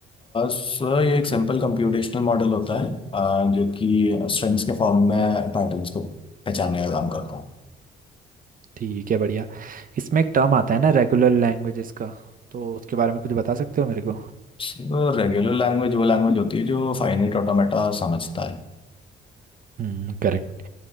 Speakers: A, on the left (about 25°); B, on the right (about 45°).
A: सर ये एक सिंपल कंप्यूटेशनल मॉडल होता है अह, जो कि स्ट्रिंग्स के फॉर्म में पैटर्न्स को पहचानने का काम करता है
B: ठीक है बढ़िया इसमें एक टर्म आता है ना रेगुलर लैंग्वेजेस का तो उसके बारे में कुछ बता सकते हो मेरे को
A: सर रेगुलर लैंग्वेज वो लैंग्वेज होती है जो फाइनाइट ऑटोमेटा समझता है
B: हम्म करेक्ट